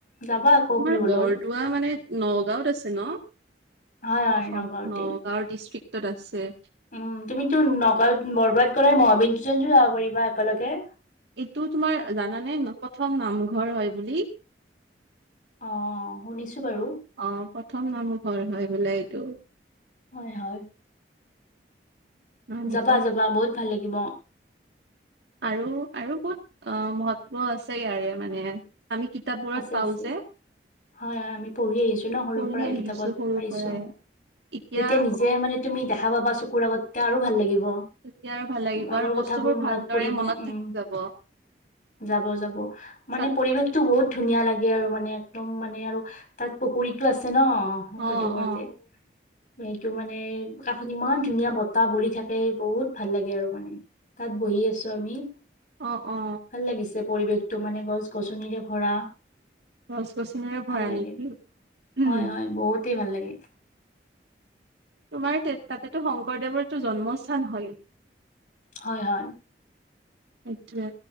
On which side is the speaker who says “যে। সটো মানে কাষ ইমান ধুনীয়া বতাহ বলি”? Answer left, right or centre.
Left